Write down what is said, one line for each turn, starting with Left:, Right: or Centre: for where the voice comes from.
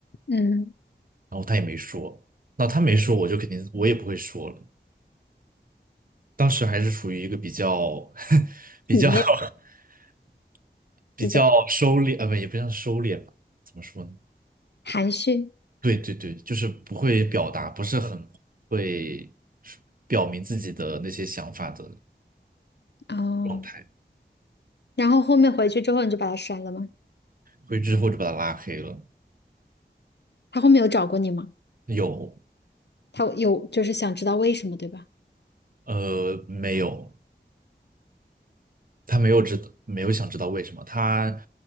Left: 嗯，
Right: 然后他也没说，那他没说我就肯定我也不会说了。当时还是处于一个比较 <laughs> 比较
Left: 里面
Right: <laughs> 比较收敛，
Left: 比较
Right: 呃，不也不像收敛吧，怎么说呢？
Left: 含蓄。
Right: 对对对，就是不会表达，不是很会表明自己的那些想法的
Left: 哦，
Right: 状态，
Left: 然后后面回去之后你就把他删了吗？
Right: 所以之后就把他拉黑了。
Left: 他后面有找过你吗？
Right: 有，
Left: 他有就是想知道为什么，对吧？
Right: 呃，没有，他没有知道，没有想知道为什么他，